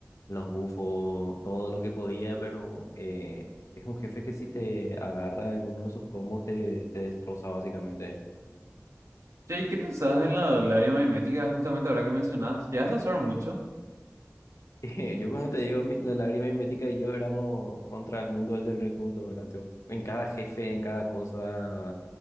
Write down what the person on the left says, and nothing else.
los bufos, todo lo que podía, pero eh, es un jefe que si te agarra en uno de sus combos te, te destroza básicamente.
<laughs> Yo, como te digo, mi- la lágrima mimética y yo éramos contra el mundo del Elden Ring juntos, ¿verdad, tío? En cada jefe, en cada cosa,